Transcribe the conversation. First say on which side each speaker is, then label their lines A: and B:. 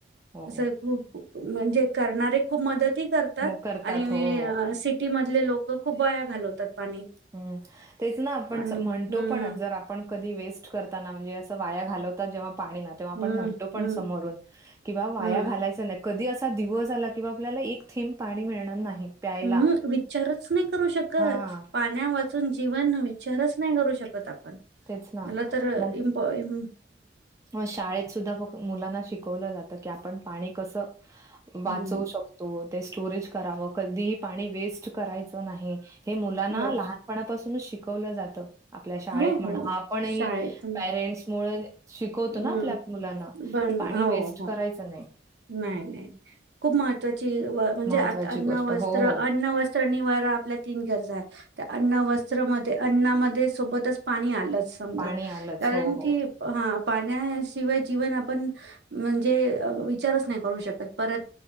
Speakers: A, on the right; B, on the right.
A: हो
B: असं खूप... म्हणजे करणारे खूप मदतही करतात
A: मग करतात
B: आणि
A: हो हो
B: सिटीमधले लोक... कं खूप वाया घालवतात पाणी...
A: हम्म तेच ना आपण
B: पाणी
A: म्हणतो
B: हम्म
A: पण जर आपण... कधी वेस्ट करताना म्हणजे अस वाया घालवतात जेव्हा... पाणी ना आपण
B: हम्म
A: म्हणतो पण
B: हम्म
A: समोरुन की वाया
B: हम्म
A: घालायच नाही... कधी असा दिवस आला किंवा आपल्याला एक थेंब पाणी मिळणार नाही प्यायला
B: हम्म विचारचं नाही करू शकत.
A: हा
B: पाण्या वाचून जीवन विचारचं नाही करू शकत आप....
A: तेच ना
B: मला तर
A: मग
B: इमप इम....
A: शाळेत सुद्धा बघ मुलांना शिकवलं जातं की आपण पाणी कसं.... वाचवू
B: हम्म
A: शकतो, ते स्टोरेज करावं, कधीही पाणी वेस्ट करायच नाही हे मुलांना
B: बरोबर
A: लहानपणापासून.... शिकवलं जात आपल्या शाळेत
B: हो
A: म्हणा
B: हो
A: आपणही
B: शाळेतून
A: पेरेंट्स मुळे... शिकवतो
B: हम्म
A: ना आपल्या मुलांना
B: पण
A: कि पाणी
B: हो
A: वेस्ट
B: हो
A: करायचं नाही.
B: नाही नाही खूप महत्त्वाची... ची म्हणजे
A: महत्वाची
B: अन्न,
A: गोष्ट.
B: वस्त्र,
A: हो, हो.
B: अन्न वस्त्र, निवारा आपल्या तीन गरजा आहे. त्या अन्न वस्त्रमध्ये अन्नामध्ये सोबतच पाणी आलंच... समजा
A: पाणी आलंच.
B: कारण
A: हो, हो.
B: की हा... पाण्याशिवाय जीवन आपण म्हणजे अ... विचारच नाही करू शकत परत